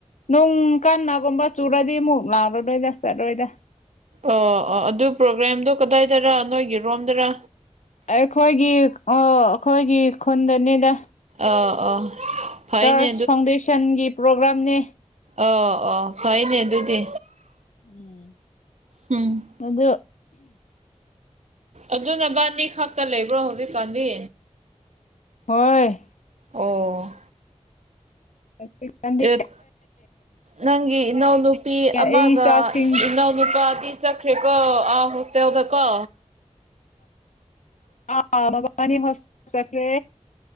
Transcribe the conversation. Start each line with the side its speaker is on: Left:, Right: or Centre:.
Left: ꯅꯣꯡ ꯀꯥꯟꯅꯥꯒꯨꯝꯕ ꯆꯨꯔꯗꯤ ꯑꯃꯨꯛ ꯂꯥꯎꯔꯔꯣꯏꯗ ꯆꯠꯔꯣꯏꯗ
Right: ꯑꯣ ꯑꯣ ꯑꯗꯨ ꯄ꯭ꯔꯣꯒ꯭ꯔꯥꯝꯗꯣ ꯀꯗꯥꯏꯗꯔ ꯅꯣꯏꯒꯤꯔꯣꯝꯗꯔ
Left: ꯑꯩꯈꯣꯏꯒꯤ ꯑꯣ ꯑꯩꯈꯣꯏꯒꯤ ꯈꯨꯟꯗꯅꯤꯗ
Right: ꯑꯥ ꯑꯥ ꯐꯩꯅꯦ
Left: ꯆꯔꯆ ꯐꯥꯎꯟꯗꯦꯁꯟꯒꯤ ꯄ꯭ꯔꯣꯒ꯭ꯔꯥꯝꯅꯦ
Right: ꯑꯣ ꯑꯣ ꯐꯥꯏꯅꯦ ꯑꯗꯨꯗꯤ
Left: ꯎꯝ
Right: ꯎꯝ
Left: ꯑꯗꯨ
Right: ꯑꯗꯨ ꯅꯕꯥꯅꯤ ꯈꯛꯇ ꯂꯩꯕ꯭ꯔꯣ ꯍꯧꯖꯤꯛꯀꯥꯟꯗꯤ
Left: ꯍꯣꯏ
Right: ꯑꯣ
Left: ꯍꯧꯖꯤꯛꯀꯥꯟꯗꯤ
Right: ꯑꯦꯠ ꯅꯪꯒꯤ ꯏꯅꯥꯎ ꯅꯨꯄꯤ
Left: ꯑꯩ
Right: ꯑꯃꯒ
Left: ꯏꯆꯥꯁꯤꯡ
Right: ꯏꯅꯥꯎ ꯅꯨꯄꯥꯗꯤ ꯆꯠꯈ꯭ꯔꯦ ꯀꯣ ꯑꯥ ꯍꯣꯁꯇꯦꯜꯗ ꯀꯣ
Left: ꯑꯥ ꯃꯕꯥꯅꯤ ꯍꯣꯁ ꯆꯠꯈ꯭ꯔꯦ